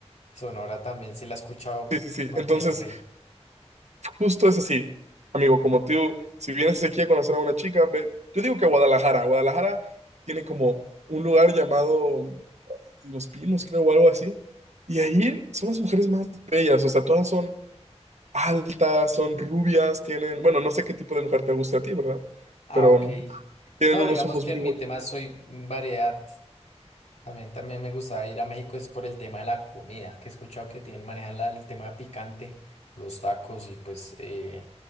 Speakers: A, on the left (about 80°); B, on the right (about 80°).
A: Sonora también sí la he escuchado
B: Sí, sí, sí.
A: y Monterrey.
B: Entonces... Justo es así, amigo, como tú, si vienes aquí a conocer a una chica, ve, yo digo que a Guadalajara, Guadalajara tiene como un lugar llamado Los Pinos, creo, o algo así, y ahí son las mujeres más bellas, o sea, todas son altas, son rubias, tienen, bueno, no sé qué tipo de mujer te guste a ti, ¿verdad?
A: Ah,
B: Pero
A: ok.
B: mm, tienen
A: No,
B: unos
A: digamos
B: ojos
A: que
B: muy
A: en
B: bonitos.
A: mi tema soy variedad. También, también me gusta ir a México es por el tema de la comida, que he escuchado que tienen, manejan la- el tema picante, los tacos y pues eh,